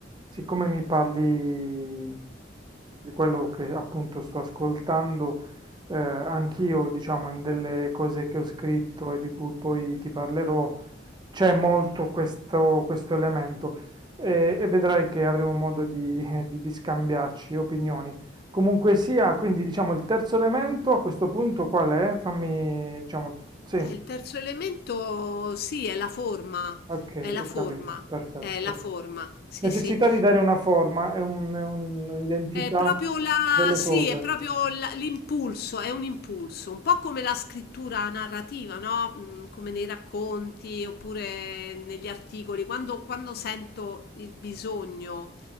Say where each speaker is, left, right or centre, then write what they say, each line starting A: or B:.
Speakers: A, on the right; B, on the left.
A: siccome mi parli di quello che appunto sto ascoltando, eh, anch'io, diciamo, in delle cose che ho scritto e di cui poi ti parlerò, c'è molto questo, questo elemento e, e vedrai che avremo modo di <laughs> di- di scambiarci opinioni Comunque sia, quindi diciamo il terzo elemento a questo punto qual è? Fammi, diciamo, sì,
B: E il terzo elemento, sì, è la forma,
A: ok,
B: è la
A: ho
B: forma,
A: capito, perfetto,
B: è la
A: perfetto.
B: forma, sì,
A: Necessità
B: sì.
A: di dare una forma, è un- è un'identità
B: È proprio la,
A: delle
B: sì,
A: cose.
B: è proprio la- l'impulso, è un impulso, un po' come la scrittura narrativa, no? Mm, Come nei racconti oppure negli articoli. Quando, quando sento il bisogno,